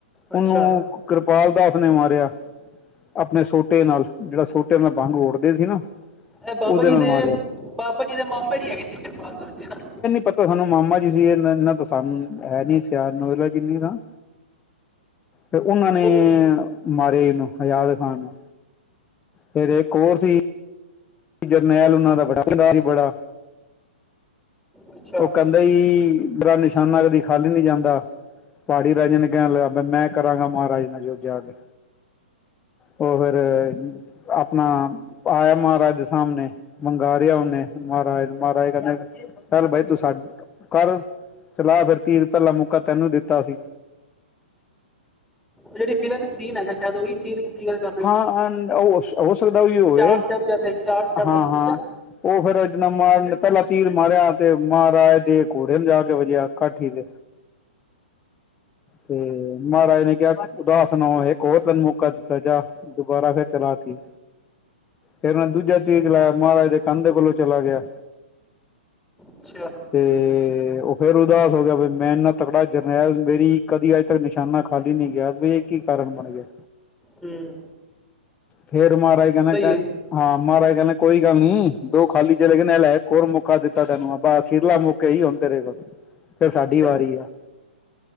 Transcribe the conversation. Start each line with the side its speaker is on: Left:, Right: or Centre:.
Left: ਉਹਨੂੰ
Centre: ਅੱਛਾ
Left: ਕਿਰਪਾਲ ਦਾਸ ਨੇ ਮਾਰਿਆ ਆਪਣੇ ਸੋਟੇ ਨਾਲ ਜਿਹੜਾ ਸੋਟੇ ਨਾਲ ਵੰਗ ੜਦੇ ਸੀ ਨਾ
Centre: ਇਹ ਬਾਬਾ
Left: ਉਹਦੇ
Centre: ਜੀ
Left: ਨਾਲ
Centre: ਦੇ
Left: ਮਾਰਿਆ
Centre: ਬਾਬਾ ਜੀ ਦੇ ਮਾਮੇ ਜੀ ਹੈਗੀ ਸੀ ਕਿਰਪਾਲਤਾ ਹਨਾ।
Left: ਪ ਤਾਂ ਸਾਨੂੰ ਮਾਮਾ ਜੀ ਸੀ ਇਹਨਾ ਤਾਂ ਸਾਨੂੰ ਹੈ ਨੀ ਸਿਆਨ ਨੂੰ। ਕਿੰਨੇ ਦਾ ਫ ਉਹਨਾਂ ਨੇ
Centre: ਉਹ ਤਾਂ-
Left: ਮਾਰੇ ਇਹਨੂੰ ਹਜਾਦ ਖਾਨ ਨੂੰ ਫੇਰ ਇੱਕ ਕੋਰ ਸੀ। ਜਰਨੈਲ ਉਹਨਾਂ ਦਾ ਬੜਾ ਸੀ ਬੜਾ
Centre: ਅੱਛਾ
Left: ਉਹ ਬਈ ਬੜਾ ਨਿਸ਼ਾਨਾ ਕਦੀ ਖਾਲ ਨੀ ਜਾਂਦਾ ਪਹਾੜੀ ਰਾਜੇ ਨੇ ਕਹਿਣ ਲੱਗਾ ਮੈਂ ਕਰਾਂਗਾ ਮਹਾਰਾਜੇ ਨਾਲ ਜ ਜਾ ਕੇ ਉਹ ਫਿਰ ਆਪਣਾ ਆਇਆ ਮਹਾਰਾਜ। ਸਾਹਮਣੇ ਮੰਗ ਰਿਿਆ ਉਹਨੇ ਮਹਾਰਾਜ ਨੂੰ ਮਹਾਰਾਜ ਕਹਿੰਦੇ ਚਲ ਬਾਈ ਤੂੰ ਸਾ ਕਰ ਚਲਾ ਫਿਰ ਤੀ ਰ ਪਹਿਲਾ ਮੌਕਾ ਤੈਨੂੰ ਦਿੱਤਾ ਸੀ।
Centre: ਜਿਹੜੀ ਫਿਲਮ ਚ ਸੀਨ ਹੈਗਾ ਸ਼ਾਇਦ ਉਹੀ ਸੀਨ। ਦੀ ਗੱਲ ਕਰ ਰਹੇ
Left: ਹਾਂ
Centre: ਹੋ
Left: ਹੋ ਸਕਦਾ ਉਹ ਹੋਵੇ
Centre: ਚਾਰ ਸਾਹਿਬਜ਼ਾਦੇ ਚਾਰ ਸਾਹਿਬਜ਼ਾਦੇ
Left: ਹਾਂ ਹਾਂ।
Centre: ਠੀਕ ਆ
Left: ਉਹ ਫੇਿਰ ਜ ਮਾਰਨ ਪਹਿਲਾਂ ਤੀਰ ਮਾਰਿਆ ਤੇ ਮਹਾਰਾਜ ਦੇ ਘੋੜੇ ਨੂੰ ਜਾ ਕੇ ਵਜਿਆ ਕਾਠੀ ਤੇ ਤੇ ਮਹਾਰਾਜ ਨੇ ਕਿਹਾ ਉਦਾਸਨ ਇੱਕ ਹੋਰ ਤੈਨੂੰ ਮੌਕਾ ਦਿੱਤਾ ਜਾ ਦੁਬਾਰਾ ਫਿਰ ਚਲਾ ਤੀਰ। ਫਿਰ ਦੂਜਾ ਤੇੀਰ ਚਲਾਾਇਆ ਮਹਾਰਾਜ ਦੇ ਕੰਨ ਕੋਲੋਂ ਚਲਾ ਗਿਆ।
Centre: ਅੱਛਾ
Left: ਤੇ ਉਹ ਫੇਰ ਉਦਾਸ ਹੋ ਗਿਆ ਬ ਮੈਂ ਇੰਨਾ ਤਕੜਾ ਜਰਨੈਲ ਮੇਰੀ ਕਦੀ ਆ ਤ ਨਿਸ਼ਾਨਾ ਖਾਲੀ ਨੀ ਗਿਆ ਬ ਇਹ ਕੀ ਕਾਰਨ ਬਣ ਗਿਆ।
Centre: ਹਮ
Left: ਫੇਰ ਮਹਾਰਾਜ ਕਹਿਨ ਲੱਗੇ
Centre: ਹੈ
Left: ਕ ਹਾਂ ਮਹਾਰਾਜ ਕਹਿੰਦੇ ਕੋਈ ਗੱਲ ਨੀ, ਦੋ ਖਾਲੀ ਚਲੇ ਗਏ ਨੇ, ਐ ਲੈ ਇੱਕ ਹੋਰ ਮੌਕਾ ਦਿੱਤਾ ਤੈਨੂੰ, ਬ ਅਖੀਰਲਾ ਮੌਕਾ ਕਈ ਹੁਨ ਤੇਰੇ ਕੋਲ, ਫਿਰ ਸਾਡੀ
Centre: ਅੱਛਾ
Left: ਵਾਰੀ ਆ।